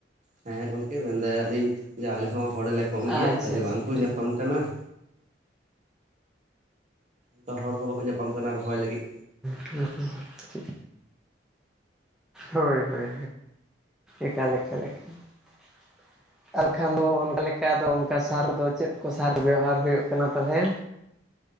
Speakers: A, on the right; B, in the centre.
A: ᱦᱮᱸ ᱜᱚᱝᱠᱮ ᱢᱮᱱᱫᱟᱭ ᱟᱹᱞᱤᱧ ᱡᱮ ᱟᱞᱮ ᱦᱚᱸ ᱦᱚᱲᱞᱮ ᱠᱚᱢ ᱜᱮᱭᱟ
B: ᱟᱪᱪᱷᱟ
A: ᱛᱟᱦᱚᱞᱮ
B: ᱟᱪᱪᱷᱟ
A: ᱵᱟᱝᱠᱚ ᱧᱟᱯᱟᱢ ᱠᱟᱱᱟ ᱾ ᱛᱚ ᱦᱚᱲ ᱦᱚᱸ ᱵᱟᱠᱚ ᱧᱟᱯᱟᱢ ᱠᱟᱱᱟ ᱨᱚᱦᱚᱭ ᱞᱟᱹᱜᱤᱫ᱾
B: ᱦᱩᱸ ᱦᱩᱸ, ᱪᱮᱫ ᱦᱳᱭ ᱦᱳᱭ, ᱮᱠᱟᱞ ᱮᱠᱟᱞ ᱮᱠᱟᱞ ᱾ ᱟᱨᱠᱷᱟᱱ ᱫᱚ ᱚᱱᱠᱟ ᱞᱮᱠᱟ ᱫᱚ ᱚᱱᱠᱟ ᱥᱟᱨ ᱫᱚ ᱪᱮᱫ ᱠᱚ ᱥᱟᱨ ᱵᱮᱣᱦᱟᱨ ᱦᱩᱭᱩᱜ ᱠᱟᱱᱟ ᱛᱟᱦᱚᱞᱮ?